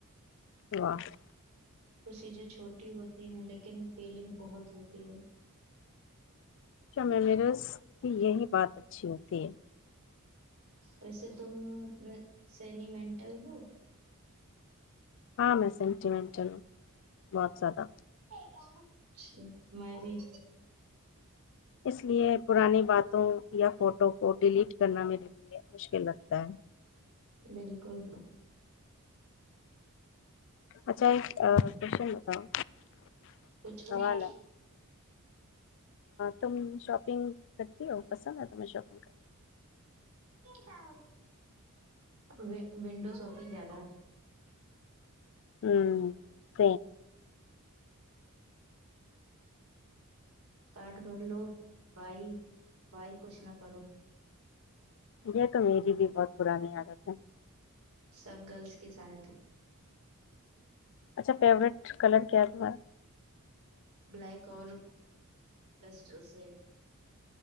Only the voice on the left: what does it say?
واہ
کیا ممرس کی یہی بات اچھی ہوتی ہے
ہاں میں سینٹیمنٹ چلوں بہت زیادہ
اس لیے پرانی باتوں یا فوٹو وہ ڈیلیٹ کرنا میرے لیے مشکل لگتا ہے
اچھا ایک کوشن بتاؤ
سوال
تم شاپنگ کرتی ہو پسند ہے ت میں شاپنگ کر
ہوں س
یہ تو میری بھی بہت پرانی عادت ہے
اچھا فیوریٹ کلر کیا ہے تمہارا